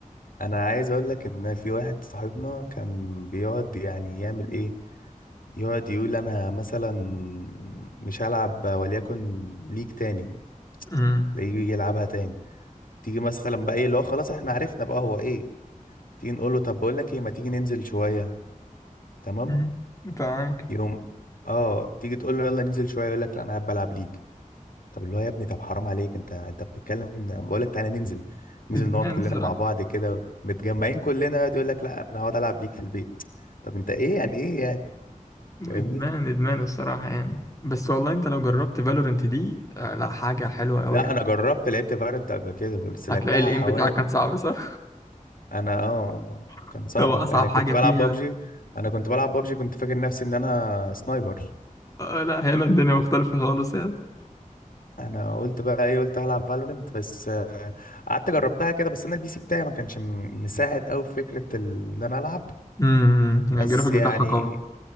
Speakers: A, on the left; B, on the left.
A: انا عايز اقول لك ان في واحد صاحبنا كان بيقعد يعني يعمل ايه يقعد يقول انا مثلا مش هلعب وليكن ليج تاني
B: أمم.
A: تلاقيه يجي يلعبها تاني تيجي مثلا بقى ايه اللي هو خلاص احنا عرفنا بقى هو ايه تيجي نقول له طب بقول لك ايه ما تيجي ننزل شويه تمام
B: أمم. فاهمك
A: يوم اه تيجي تقول له يلا ننزل شويه يقول لك لا انا قاعد بلعب ليج طب اللي هو يا ابني طب حرام عليك انت انت بتتكلم بقول لك تعالى ننزل ننزل
B: ادمان
A: نقعد كلنا
B: الصراحه.
A: مع بعض كده متجمعين كلنا يقعد يقول لك لا انا هقعد العب ليك في البيت طب انت ايه يعني ايه يعني
B: ادمان
A: فاهمني
B: ادمان الصراحه يعني بس والله انت لو جربت فالورنت دي آه، لا حاجه حلوه قوي
A: لا
B: يعني
A: انا جربت لعبت فالورانت قبل كده بس لعبتها
B: هتلاقي الايم
A: حوالي
B: بتاعك كان صعب صح
A: انا اه انا
B: <laughs>
A: كان صعب
B: هو اصعب
A: يعني
B: حاجه
A: كنت بلعب
B: فيها
A: بابجي انا كنت بلعب بابجي كنت فاكر نفسي ان انا سنايبر
B: آه لا هنا الدنيا مختلفه خالص يعني
A: انا قلت بقى ايه قلت هلعب فالورنت بس آه، قعدت جربتها كده بس انا البي سي بتاعي ما كانش م- مساعد قوي في فكره ال- ان انا العب
B: امم
A: بس
B: الجرافيك
A: يعني
B: بتاعها قوي